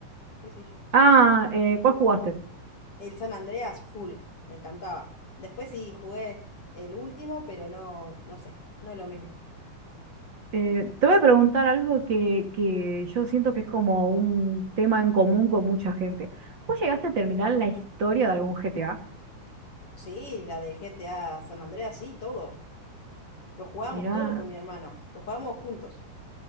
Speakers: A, on the left (about 45°); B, on the right (about 40°).
A: Qué sé yo.
B: Ah, eh, ¿cuál jugaste?
A: El San Andreas, full, me encantaba. Después sí jugué el último, pero no, no sé, no es lo mismo.
B: Eh, te voy
A: Eh,
B: a preguntar algo que, que yo siento que es como un tema en común con mucha gente. ¿Vos llegaste a terminar la historia de algún GTA?
A: sí, la del GTA San Andreas, sí, todo. Lo jugábamos
B: Mirá,
A: todo con mi hermano, lo jugábamos juntos.